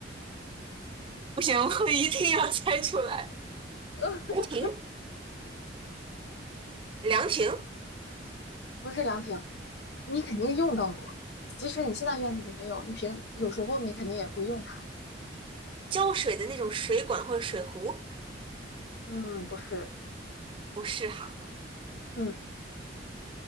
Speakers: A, on the right; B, on the left.
A: 不行，我一定要猜出来。
B: <laughs>
A: 凉亭，凉亭，
B: 不是凉亭，你肯定用到过。即使你现在院子里没有，你平有时候你肯定也会用它。
A: 浇水的那种水管或者水壶，
B: 嗯，不是，
A: 不是哈，
B: 嗯